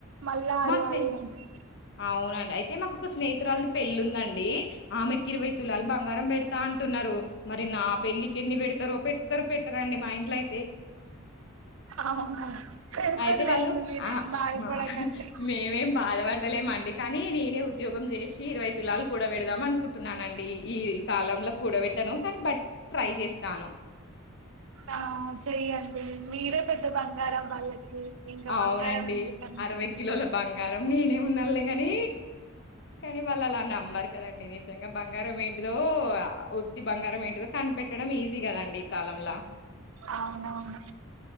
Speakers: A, on the right; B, on the left.
A: మళ్ళా అడగాలి
B: మా స్మి
A: అంటే
B: అవునండి అయితే మాకు ఒక స్నేహితురాళ్ది పెళ్లి ఉందండి ఆమెకిరవై తులలు బంగారం పెడుత తా అంటున్నారు మరి నా పెళ్ళకి ఎన్ని పెడతారో పెడతారొ పెట్టారండి మా ఇంట్లో అయితే
A: అవునా పెడతర్లేండి
B: అయితే వాళ్ళు
A: మీరే
B: ఆ!
A: బయపడకండి
B: మా మేమేం బాధపడ పెడతలేమండి కానీ నేనే ఉద్యోగం చేసి ఇరవై తులాలు కూడా పెడదాం అనుకుంటున్నాన అండి ఈ కాలం కూూడబెట్టను కానీ బ ట్రై చేస్తాను
A: ఆ చెయ్యండి మీరే పెద్ద బంగారం వాళ్ళకి ఇంకా
B: అవునండి
A: బంగారం ఎందుకండి
B: అరవై కిలోల బంగ బంగారం నేనే ఉన్నాాలే కాని కానీ వాళ్ళు అలా నమ్మారు కదండి నిజంగా బంగారం ఏంటి ఏదో ఉత్తి బంగారం ఏంటిదో కనిపెట్టడం ఈజీ కదండి ఈ కాలంలో
A: అవునవును